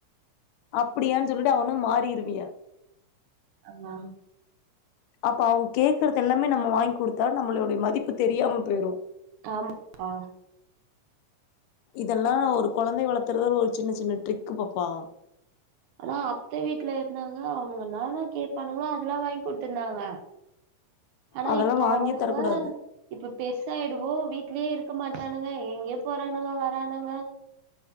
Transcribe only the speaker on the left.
அப்படியான்னு சொல்லிட்டு அவனும் மாறி திருவியா
அப்ப அவங்க கேக்குறது எல்லாமே நம்ம வாங்கி கொடுத்தா நம்மளுடைய மதிப்பு தெரியாம போயிடும்
இதெல்லாம் ஒரு கொழந்தை வளத்துறதல ஒரு சின்ன சின்ன ட்ரிக்கு பாப்பா
அதெல்லா
வாங்கியே
தரக்கூடாது